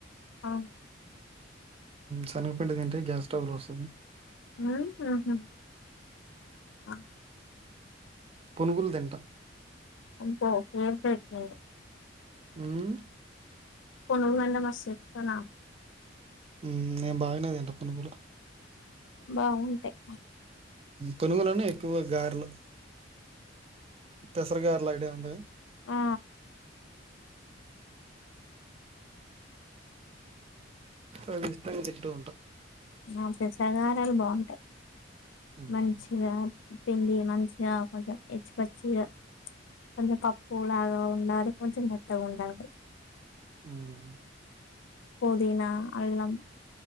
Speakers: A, on the left; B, on the right.
A: ఆ
B: శనగపిండి తింటే గ్యాస్ గ్యాస్ట్రబులొస్తాది
A: ఉమ్ ఆహ ఆ
B: పొనుగులు దింట
A: అబ్బ ఫీర పెట్టు
B: ఉమ్
A: పనరు మండ నొస్తయ్ అనా
B: ఉమ్ మేం బాయ తింటం పునుగులు
A: బాగుంటాయ్
B: కొనుగలునే ఎక్కువ గార్లు పేసర్ గారలైడియా ఉంద
A: ఆ
B: అవి ఇష్టంగా తింటూ ఉంట
A: నా పెసరగారేలు బాంటాయి
B: హ్మ్.
A: మంచిగా పిండి మంచిగా కొంచెం ఎచ్చిపచ్చిగా కొంచెం పప్పు లాగా ఉండాలి కొంచెం మెత్తగుండాలి
B: హ్మ్.
A: పొదీనా అల్లం